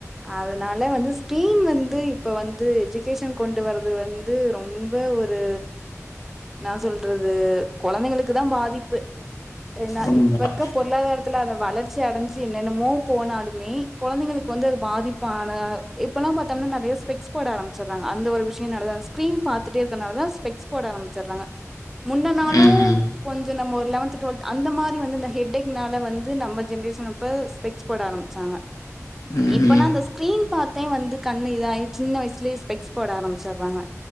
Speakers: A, in the centre; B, on the left.
A: அதனால வந்து ஸ்கிரீன் வந் து இப்ப வந்து எஜுகேஷன் கொண்டு வர்றது வந்து ரொம்ப ஒரு என்னா சொல்றது கொழந்தைகளுக்குதா பாதிப்பு என்ன
B: உண்மதான்
A: இப்ப இருக்க பொருளாதாரத் அந்த வளர்ச்சி அடைஞ்சு என்னென்னமோ போனாலுமே கொழந்தைகளுக்கு வந்து அது பாதிப்பான இப்பல்லாம் பாத் நிறைய ஸ்பெக்ஸ் போட ஆரம்பிச்சறா அந்த ஒரு விஷயம் ஸ்கிரீன் பாத்துகிட்டேருக்கறனாலதான் ஸ்பெக்ஸ் போட ஆரம்பிச்சறாங்க முன்ன நாளும்
B: ம்
A: கொஞ்ச நம்ம ஒரு லெவன்த் டுவல்த் அந்த மாரி வந்து இந்த ஹெடேக்னால வந்து நம்ம ஜென்ரேஷன் இப்ப ஸ்பெ் போட ஆரம்பிச்சாங்க
B: ம்
A: இப்ல்லாம்
B: ம்
A: அந்த ஸ்கிரீன் பாத்தேன் வந்து கண்ணு இத சின்ன வயசுலயேஸ்பெக்ஸ் போட ஆரச்சிடுறாங்க